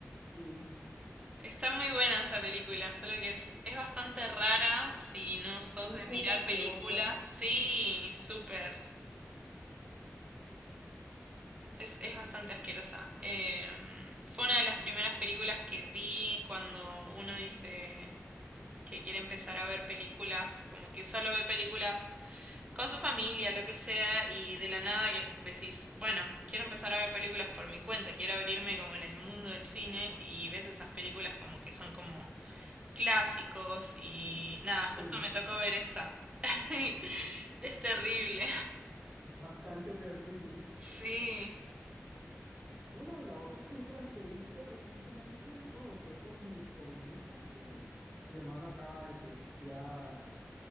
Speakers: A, on the right (about 40°); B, on the right (about 25°).
A: sí,
B: está muy buena esa película, solo que es, es bastante rara si no sos
A: un
B: de
A: poco
B: mirar
A: asquerosa,
B: películas. Sí, súper. Es, es bastante asquerosa. Em, fue una de las primeras películas que vi cuando uno dice que quiere empezar a ver películas, como que solo ve películas con su familia, lo que sea, y de la nada que decís, bueno, quiero empezar a ver películas por mi cuenta, quiero abrirme como en el mundo del cine y ves esas películas como que son como clásicos y nada, justo
A: sí,
B: me tocó ver esa. <laughs> Es terrible.
A: bastante terrible. <laughs>
B: Sí.
A: Bueno, y las otras películas que he visto recientemente, bueno, fue por mi sobrinita, que mi hermano acaba de, te- ya